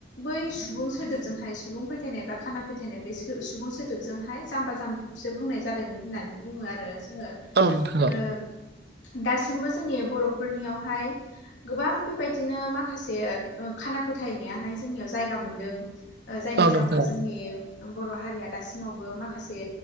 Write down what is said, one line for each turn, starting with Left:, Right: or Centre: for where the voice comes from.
Left: बै सुबुं सोदोबजोंहाय सुबुं फोथायनाय बा खाना फोथायनाय बे सुबुं सोदोबजों हाय जाम्बा जाम्बिखौ सो बुंनाय जादों होननानै बुंङो आरो जोंङो ओ
Right: थागोन नोंथां
Left: दासिमबो जोंनि बर'फोरनियाव हाय गोबां बेबायदिनो माखासे ओ खाना फोथायनायाहाय जोंनियाव जायगा मोनदों। जायनि
Right: औ
Left: जााहोनाव
Right: नोंथां
Left: जोंनि बर' हारिया दासिमावबो माखासे